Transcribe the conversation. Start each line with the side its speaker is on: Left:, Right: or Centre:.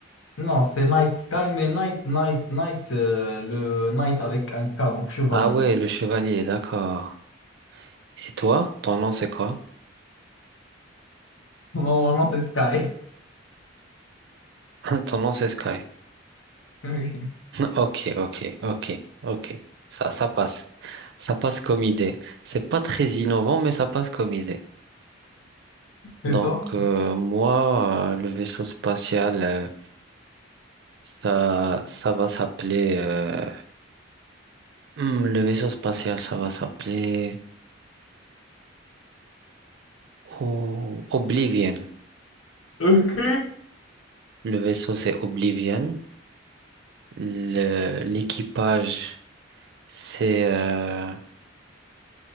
Left: Non, c'est Night Sky, mais Night, Night, Night, c'est le Night avec un K, donc chevalier.
Right: Ah ouais, le chevalier, d'accord. Et toi, ton nom, c'est quoi?
Left: Mon nom, c'est Sky.
Right: <laughs> Ton nom, c'est Sky.
Left: <laughs> Oui.
Right: <laughs> Ok, ok, ok, ok. Ça, ça passe. Ça passe comme idée. C'est pas très innovant, mais ça passe comme idée.
Left: Et
Right: Donc,
Left: toi?
Right: euh, moi, euh, le vaisseau spatial, euh, ça, ça va s'appeler, euh, hmm, le vaisseau spatial, ça va s'appeler oh, Oblivion.
Left: Ok.
Right: Le vaisseau, c'est Oblivion. Le- l'équipage, c'est, euh,